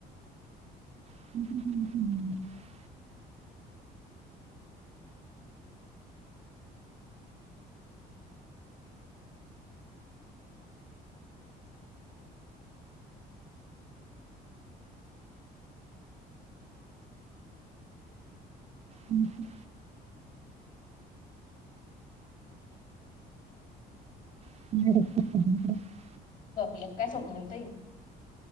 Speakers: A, on the right; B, on the left.
A: <unintelligible> हूं हूं <inaudible>
B: झोपल्या काय... स्वप्नाली ताई?